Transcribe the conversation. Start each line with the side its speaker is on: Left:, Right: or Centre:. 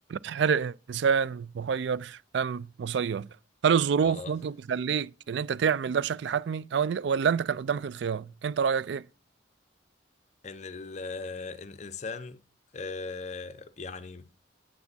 Right: هل الانسان مخير ام مسير هل الظروف
Left: اه
Right: ممكن تخليك ان انت تعمل ده بشكل حتمي او إن- ولا انت كان قدامك الخيار انت رايك ايه
Left: ان ال... آه، إن الانسان آه، يعني